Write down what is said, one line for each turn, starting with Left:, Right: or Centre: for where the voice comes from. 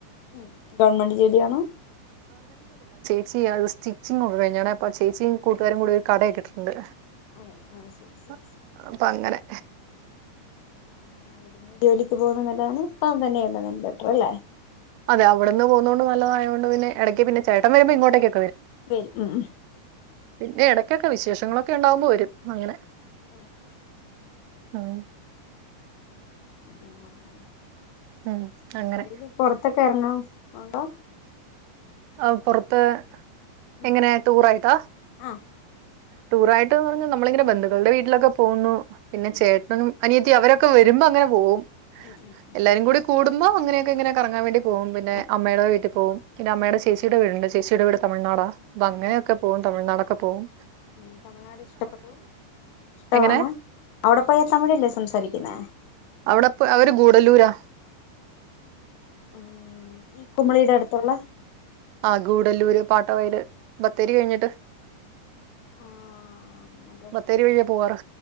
Left: ഉം ഗവൺമെന്റ് ജോലിയാണോ
Right: ചേി അ ഒരു സ്റ്റിച്ചിങ് കൊണ്ട് ഞാനൻപ്പ ചേച്ചിയും കൂട്ടുകാരും
Left: ഓക്കെ
Right: കൂടി ഒരു കട കൊട്ടിട്ടുണ്ട്
Left: അങ്ങനെ ആ ശരി ശരി
Right: അ
Left: ശരി
Right: അപ്പൊ അങ്ങനെ
Left: ആ അവിടുന്ന് ജോലിക്ക് പോകുന്നത് നല്ലതാണ് അൻ തന്നെ <unintelligible> ബെറ്റർ അല്ലേ
Right: അതെ അവിടുന്ന് പോവുന്നോണ്ട് നല്ലതായോണ്ട് പിന്നെ ഇടക്ക് പിന്നെ ചേട്ടൻ വരുമ്പോ ഇങ്ങോട്ടേക്ക്
Left: വരും ഉം
Right: പിന്നെ ഇടയ്ക്കൊക്കെ വിശേഷങ്ങളൊക്കെ ഉണ്ടാവുമ്പോ വരും അങ്ങനെ
Left: ഓ ഓ
Right: ആഹ
Left: പിന്നേ <inaudible>
Right: ഉം അങ്ങനെ
Left: വെളിയില് പൊറത്തൊക്കെ ഇറങ്ങാർ ഉണ്ടോ
Right: ആ പുറത്ത്
Left: ഉം
Right: എങ്ങനെ ടൂർ ആയിട്ടാ
Left: ആ
Right: ടൂർ ആയിട്ട്ന്ന് പറഞ്ഞാൽ നമ്മളിങ്ങനെ ബന്ധുക്കളുടെ വീട്ടിലൊക്കെ പോകുന്നു പിന്നെ
Left: ഉം
Right: ചേട്ടനും അനിയത്തി അവരൊക്കെ വരുമ്പോൾ അങ്ങനെ പോകും
Left: ഉം ഉം
Right: എല്ലാരും കൂടി കൂടു അമ്മ അങ്ങനെൊക്കെ ഇങ്ങനെ കറങ്ങാൻ വേണ്ടി പോവും പിന്നെ
Left: ഉം
Right: അമ്മയുടെ വീട്ടിൽ പോവും പിന്ന അമ്മയുടെ ചേച്ചിയുടെ വീടുണ്ട് ചേിയുടെ വീട് തമഴ്നാടാ അപ്പ അങ്ങനെയൊക്കെ
Left: ഉം
Right: പോവും തമിഴനാടൊക്കെ പോവും
Left: ഉം തമിഴ്നാട് ഇഷ്ടപ്പെട്ടോ ഇഷ്ടമാണോ
Right: എങ്ങനെ
Left: അവിടെ പോയാ തമിഴല്ലേ സംസാരിക്കുന്നേ
Right: അവിടെപ്പ അവര് ഗൂടല്ലൂരാ
Left: ഉം ഈ കുമളീടെ അടുത്തുള്ള
Right: ആ ഗൂഡല്ലൂര് പാട്ട വര് ബത്തേരി കഴിഞ്ഞിട്ട്
Left: ആ മറ്റേ
Right: ബത്തേരി വഴിയ പോവാറ്